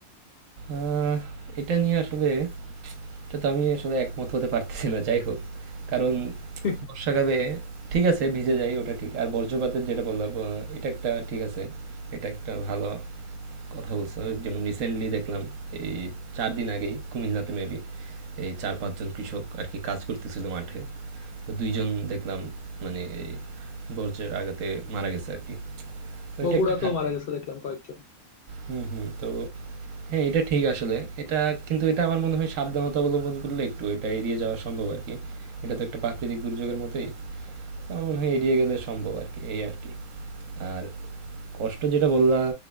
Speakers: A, on the right (about 65°); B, on the left (about 75°).
A: আহ, এটা নিয়ে আসলে এটা তো আমি আসলে একমত হতে পারতেছি না যাই হোক কারণ
B: <laughs>
A: বর্ষাকালে ঠিক আছে ভিজে যায় ওটা ঠিক আর বজ্রপাতের যেটা বললাম আহ, এটা একটা ঠিক আছে এটা একটা ভালো কথা বলছো যেমন রিসেন্টলি দেখলাম এই চার দিন আগেই কুমিল্লাতে মেবি এই চার পাঁচজন কৃষক আর কি কাজ করতেছিল মাঠে তো দুইজন দেখলাম মানে এই বজ্রের আঘাতে মারা গেছে আর কি তো
B: বগুড়াতেও
A: এটা একটা খারাপ
B: মারা গেছে দেখলাম কয়েকজন
A: হুম হুম তো হ্যাঁ এটা ঠিক আসলে এটা কিন্তু এটা আমার মনে হয় সাবধানতা অবলম্বন করলে একটু এটা এড়িয়ে যাওয়া সম্ভব আর কি এটা তো একটা প্রাকৃতিক দুর্যোগের মতোই তো আমার মনে হয় এড়িয়ে গেলে সম্ভব আর কি এই আর কি আর কষ্ট যেটা বললা